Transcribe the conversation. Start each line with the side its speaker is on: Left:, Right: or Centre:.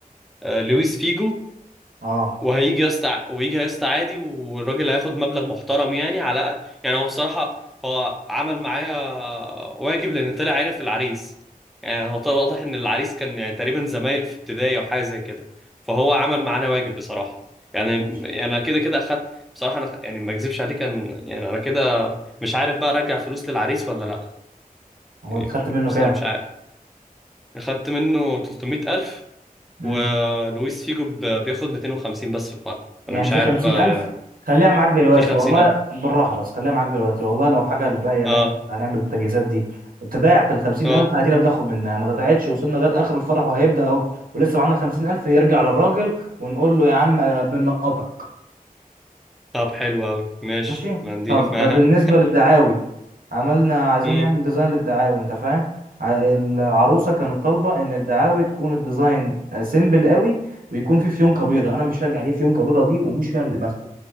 Centre: آه لويس فيجو
Right: اه
Centre: وهيجي يا اسطى ويجي يا اسطى عادي والراجل هياخد مبلغ محترم يعني على يعني هو بصراحة هو عمل معايا واجب لأن طلع عارف العريس يعني هو طلع واضح إن العريس كان يعني تقريبا زمايل في ابتدائي أو حاجة زي كده فهو عمل معانا واجب بصراحة يعني
Right: ماشي
Centre: يعني أنا كده كده أخدت بصراحة أنا خ- يعني ما أكذبش عليك كان يعني أنا كده مش عارف بقى أرجع فلوس للعريس ولا لأ
Right: هو
Centre: يعني
Right: انت خدت منه
Centre: بصراحة
Right: كام
Centre: مش عارف أخدت منه 300,000
Right: امم
Centre: ولويس فيجو ب- بياخد 250 بس في الفرع
Right: يعني
Centre: أنا مش
Right: في
Centre: عارف
Right: خمسين
Centre: بقى
Right: ألف خليها معاك دلوقتي
Centre: في خمسينات
Right: والله بالراحة بس خليها معاك دلوقتي والله لو حاجة الباقية اللي
Centre: اه
Right: احنا هنعمل التجهيزات دي اتضاعت الخمسين
Centre: اه
Right: ألف عادي بناخد منها ما تضاعتش وصلنا لغاية آخر الفرح وهيبدأ أهو ولسه معانا الخمسين ألف نرجع للراجل ونقول له يا عم بنقطك
Centre: طب حلو أوي ماشي
Right: ماشي
Centre: ما عندي
Right: طب
Centre: <laughs> ما
Right: بالنسبة للدعاوي عملنا عايزين
Centre: مم.
Right: نعمل ديزاين للدعاوي انت فاهم ع- العروسة كانت طالبة ان الدعاوي تكون الديزاين سيمبل قوي ويكون فيه فيونكة بيضة انا مش فاهم يعني ايه فيونكة بيضة دي ومش فاهم دماغها